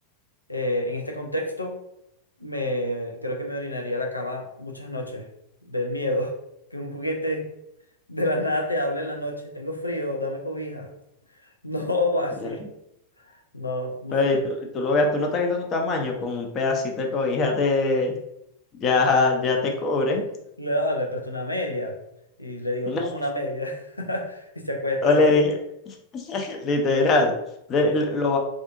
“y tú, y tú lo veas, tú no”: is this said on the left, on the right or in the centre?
Left